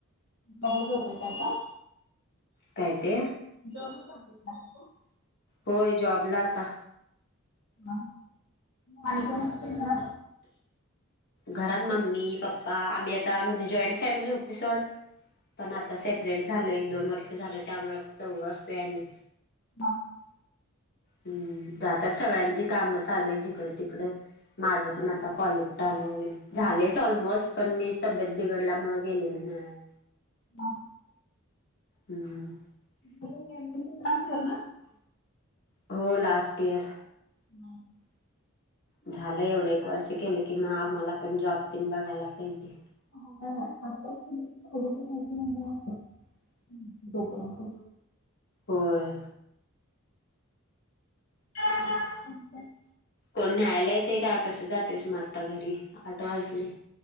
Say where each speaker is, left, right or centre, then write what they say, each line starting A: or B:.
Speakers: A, on the left; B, on the left.
A: बघल होतोय का आता.
B: काय ते?
A: <inaudible>
B: होय जॉबला आता.
A: ह आणि कोणा कडन.
B: घरात मम्मी पप्पा आम्ही आता म्हणजे जॉईंट फॅमिली होती सोड पण आता सेपरेट झाले एक दोन वर्ष झालं त्यामुळे आ चौघ असतोय आम्ही.
A: हा.
B: हम्म जातात सगळ्यांची काम चालू आहे जिकड तिकड. माझ पण आता कॉलेज चालू होईल झालेच ऑलमोस्ट पण मी तब्येत बिघडल्यामुळे गेलेली नाही.
A: हा.
B: हम्म.
A: <inaudible>
B: हो लास्ट इयर.
A: हम्म.
B: झालं एवढं एक वर्ष केलं की मग आम्हाला पण जॉब तन बघायला पाहिजे.
A: <inaudible>
B: होय.
A: <inaudible>
B: कोण न्यायला येते का कसं जातेस मग आत्ता घरी. आठ वाजले